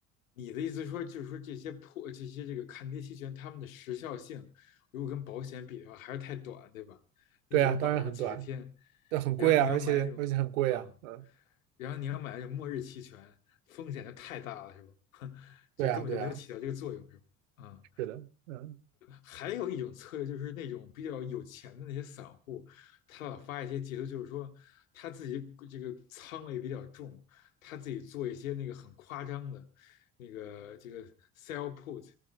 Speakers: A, on the left; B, on the right.
A: 你的意思说，就是说这些破这些这个看跌期权，它们的时效性，如果跟保险比的话，还是太短，对吧？
B: 对啊，
A: 你只能保这么几十天，
B: 当然很短。那很贵啊，
A: 然后你要买那种，
B: 而且而且很贵啊，
A: 嗯，
B: 嗯，
A: 然后你要买那种末日期权，风险就太大了，是吧？<laughs>
B: 对啊，
A: 就根本就没有起到这个作用，
B: 对啊，
A: 是吧？嗯。
B: 是的，嗯
A: 还有一种策略就是那种比较有钱的那些散户，他老发一些截图，就是说他自己这个仓位比较重，他自己做一些那个很夸张的，那个这个 sell put，